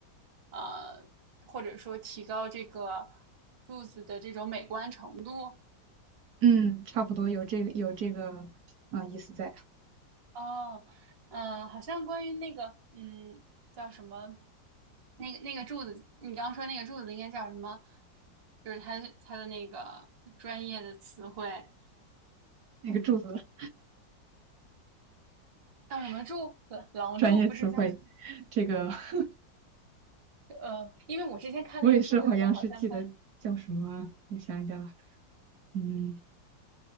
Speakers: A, on the right (about 40°); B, on the right (about 65°).
A: 呃，或者说提高这个柱子的这种美观程度。
B: 嗯，差不多有这个有这个啊、意思在，
A: 哦，嗯、好像关于那个嗯叫什么那个那个柱子，你刚刚说那个柱子应该叫什么？就是它它的那个专业的词汇
B: 那个柱子的
A: 叫什么柱？廊柱不是叫？
B: 专业词汇，这个 <laughs>
A: 呃，因为我之前看那个书的时候，
B: 我也是好像是记得叫什么，
A: 好像在，
B: 我想一下啊，嗯，